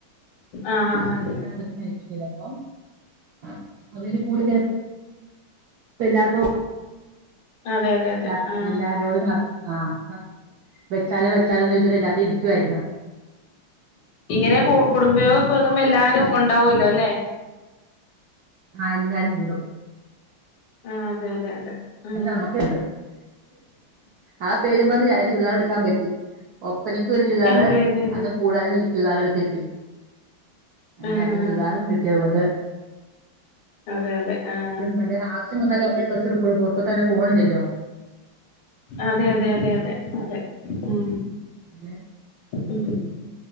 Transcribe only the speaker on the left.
ആഹ് ആഹ്
ആഹ്
അതെ അതെ
അതെ ആഹ്
ഇങ്ങനെ കു കുടുംബയോഗം വെക്കുമ്പോ എല്ലാരും ഉണ്ടാവൂല്ലോ ല്ലെ
ആഹ് അതെ അതെ അതെ ഉം
അതെ അതെ അതെ
ആഹ്
അതെ അതെ ആഹ്
അതെ അതെ അതെ അതെ അതെ ഉം
ഉം